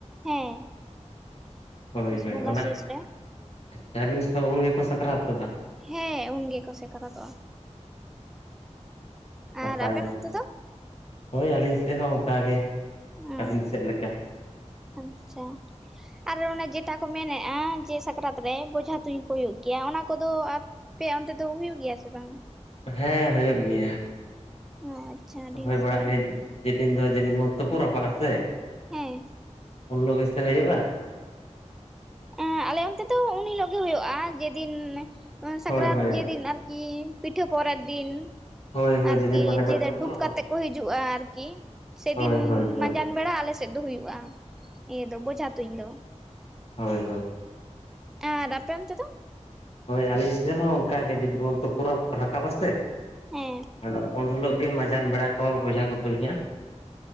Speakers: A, in the centre; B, on the left (about 55°).
A: ᱦᱮᱸ
B: ᱦᱳᱭ
A: ᱯᱩᱥ
B: ᱦᱳᱭ
A: ᱵᱚᱸᱜᱟ
B: ᱚᱱᱟ
A: ᱥᱮᱥ ᱨᱮ
B: ᱟᱪᱪᱷᱟ ᱟᱵᱤᱱ ᱥᱮ ᱩᱱ ᱠᱚ ᱥᱟᱠᱨᱟᱛᱚᱜᱼᱟ?
A: ᱦᱮᱸ ᱩᱱ ᱜᱮᱠᱚ ᱥᱮᱠᱨᱟᱛᱚᱜᱼᱟ
B: <inaudible> ᱱᱟᱯᱟᱭ
A: ᱟᱨ ᱟᱵᱮᱱ
B: ᱜᱮ
A: ᱚᱱᱛᱮ ᱫᱚ
B: ᱦᱳᱭ ᱟᱹᱞᱤᱧ ᱥᱮᱜ ᱦᱚᱸ ᱚᱝᱠᱟᱜ ᱜᱮ
A: ᱚ
B: ᱟᱹᱵᱤᱱ ᱥᱮᱜ ᱞᱮᱠᱟ᱾
A: ᱟᱪᱪᱷᱟ ᱟᱨ ᱚᱱᱮ ᱡᱮᱴᱟ ᱠᱚ ᱢᱮᱱᱮᱜᱼᱟ ᱡᱮ ᱥᱟᱠᱨᱟᱛ ᱨᱮ ᱵᱷᱚᱡᱷᱟ ᱛᱩᱧ ᱠᱚ ᱦᱩᱭᱩᱜ ᱜᱮᱭᱟ ᱚᱱᱟ ᱠᱚᱫᱚ ᱟᱯᱮᱭᱟᱜ ᱚᱱᱛᱮ ᱫᱚ ᱦᱩᱭᱩᱜ ᱜᱮᱭᱟ ᱥᱮ ᱵᱟᱝ?
B: ᱦᱮᱸ ᱦᱩᱭᱳᱜ ᱜᱮᱭᱟ᱾
A: ᱚ ᱟᱪᱪᱷᱟ ᱟᱹᱰᱤ
B: ᱦᱳᱭ
A: ᱱᱟᱯᱟᱭ
B: ᱵᱟᱲᱟᱜ ᱜᱮ ᱡᱮᱫᱤᱱ ᱫᱚ ᱡᱮᱫᱤᱱ ᱵᱚᱱ ᱛᱩᱯᱩ ᱨᱟᱯᱟᱜᱼᱟ ᱥᱮ᱾
A: ᱦᱮᱸ
B: ᱩᱱ ᱦᱚᱞᱚᱜ ᱜᱮᱥᱮ ᱦᱩᱭᱩᱜᱼᱟ?
A: ᱮᱸ ᱟᱞᱮ ᱚᱱᱛᱮ ᱛᱚ ᱩᱱ ᱦᱤᱞᱳᱜ ᱜᱮ ᱦᱩᱭᱩᱜᱼᱟ, ᱡᱮᱫᱤᱱ ᱥᱟᱠᱨᱟᱛ
B: ᱦᱳᱭ ᱦᱳᱭ
A: ᱡᱮᱫᱤᱱ ᱟᱨ ᱠᱤ ᱯᱤᱴᱷᱟᱹ ᱯᱚᱨᱮᱵ ᱫᱤᱱ
B: ᱦᱳᱭ ᱦᱳᱭ
A: ᱟᱨᱠᱤ
B: ᱡᱮᱫᱤᱱ ᱢᱟᱱᱮ ᱵᱚᱱ
A: ᱡᱮᱫᱟ
B: ᱛᱩᱯᱩ
A: ᱰᱩᱵ
B: ᱨᱟᱯᱟᱜ
A: ᱠᱟᱛᱮᱫ ᱠᱚ ᱦᱤᱡᱩᱜᱼᱟ ᱟᱨᱠᱤ᱾ ᱥᱮᱫᱤᱱ
B: ᱦᱳᱭ ᱦᱳᱭ ᱦᱳᱭ
A: ᱢᱟᱸᱡᱟᱱ ᱵᱮᱲᱟ ᱟᱞᱥᱮᱫ ᱫᱚ ᱦᱩᱭᱩᱜᱼᱟ ᱤᱭᱟᱹ ᱫᱚ ᱵᱚᱡᱷᱟ ᱛᱩᱧ ᱫᱚ᱾
B: ᱦᱳᱭ ᱦᱳᱭ
A: ᱮ ᱫᱟᱫᱟ ᱟᱯᱮ ᱚᱱᱛᱮ ᱫᱚ
B: ᱦᱳᱭ ᱟᱹᱞᱤᱧ ᱥᱮᱫ ᱦᱚᱸ ᱚᱱᱠᱟᱜ ᱜᱮ ᱡᱩᱫᱤ ᱵᱚᱱ ᱛᱩᱯᱩ ᱨᱟᱠᱟᱵᱟᱥᱮ
A: ᱦᱮᱸ
B: ᱟᱫᱚ ᱩᱱ ᱦᱤᱞᱳᱜ ᱜᱮ ᱢᱟᱡᱟᱱ ᱵᱮᱲᱟ ᱠᱚ ᱵᱷᱮᱡᱟ ᱠᱚ ᱛᱩᱧᱟ